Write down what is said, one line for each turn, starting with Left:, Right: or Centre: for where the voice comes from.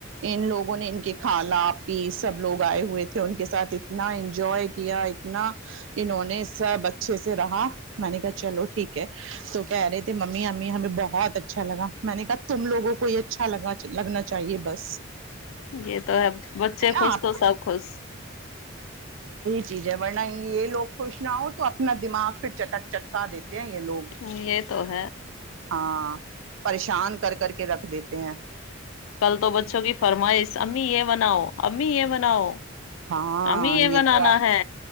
Right: ان لوگوں نے ان کے کھالا پی سب لوگ آئے ہوئے تھے ان کے ساتھ اتنا انجوائے کیا اتنا انہوں نے سب اچھے سے رہا میں نے کہا چلو ٹھیک ہے تو کہہ رہے تھے ممی امی ہمیں بہت اچھا لگا میں نے کہا تم لوگوں کو یہ اچھا لگا لگنا چاہیے بس
Left: یہ تو ہے بچے
Right: ہے
Left: خوش
Right: نا آپ
Left: تو
Right: کو،
Left: سب خوش
Right: چیزیں بڑنائیں گی یہ لوگ خوش نہ ہو تو اپنا دماغ پھر چٹک چٹکا دیتے ہیں یہ لوگ
Left: ہ یہ تو ہے
Right: ہاں پریشان کر کر کے رکھ دیتے ہیں
Left: کل تو بچوں کی فرمائش امی یہ بناؤ امی یہ بناؤ
Right: ہاں
Left: امی
Right: یہ
Left: بنانا
Right: تو آپ
Left: ہے